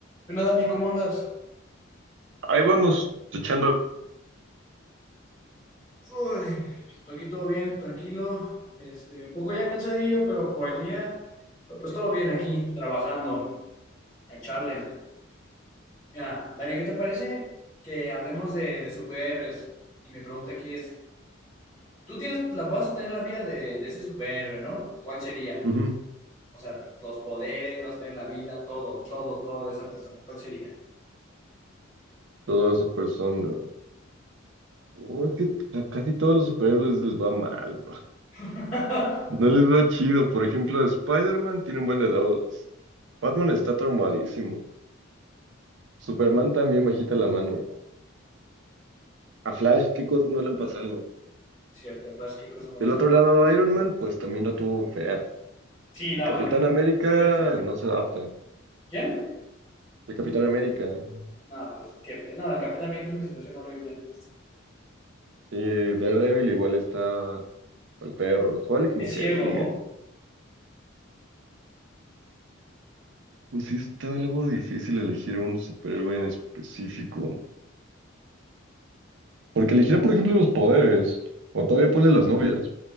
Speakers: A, on the left; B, on the right.
A: ¿Qué onda, Dani? ¿Cómo andas?
B: Ahí vamos echando.
A: Uy, aquí todo bien, tranquilo, este, un poco ya cansadillo, pero por el día, pero pues todo bien aquí, trabajando, en charle. Mira, Dani, ¿qué te parece que hablemos de, de superhéroes? Y mi pregunta aquí es, tú tienes, la, vas a tener la vida de, de ese superhéroe, ¿no? ¿Cuál sería?
B: Ujú,
A: O sea, los poderes, vas a tener la vida, todo, todo, todo de esa persona. ¿Cuál sería?
B: Toda esa persona. Oh, es que a casi todos los superhéroes les va mal, bro.
A: <laughs>
B: No les va chido. Por ejemplo, Spider-Man tiene un buen de deudas. Batman está traumadísimo. Superman también bajita la mano. A Flash, ¿qué cosas no le han pasado?
A: Cierto, Flash, qué cosa no lo
B: Del
A: sabes.
B: otro lado, Iron Man, pues también la tuvo fea.
A: Sí, no,
B: El Capitán
A: pues
B: América
A: por supuesto.
B: no se adapta.
A: ¿Quién?
B: El Capitán América.
A: No, pues qué fe- No, el Capitán América es una situación horrible.
B: Sí, Daredevil igual está al perro. Hulk ni
A: Es
B: se
A: ciego.
B: diga.
A: <laughs>
B: Pues sí está algo difícil elegir un superhéroe en específico. Porque elegir, por ejemplo, los poderes, o todavía pones las novias,